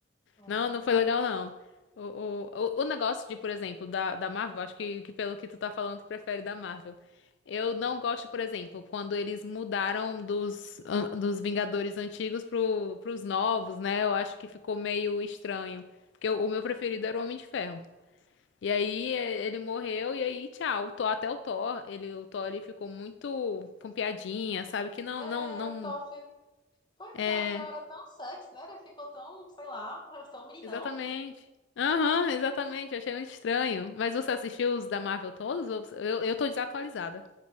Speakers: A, on the left; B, on the left.
A: Nossa.
B: Não, não foi legal, não. O, o, o o negócio de, por exemplo, da, da Marvel, acho que, que pelo que tu tá falando, tu prefere da Marvel. Eu não gosto, por exemplo, quando eles mudaram dos, an- dos Vingadores antigos pro, pros novos, né? Eu acho que ficou meio estranho. Porque o, o meu preferido era o Homem de Ferro. E aí é, ele morreu e aí tchau. O Thor, até o Thor, ele, o Thor ele ficou muito com piadinha, sabe? Que não,
A: É,
B: não, não.
A: o Toph, pois
B: É,
A: é, o Toph era tão sexy, né? Ele ficou tão, sei lá, <laughs> tão meninão.
B: exatamente. Aham, exatamente. Eu achei muito estranho. Mas você assistiu os da Marvel todos? Ou você- Eu, eu tô desatualizada.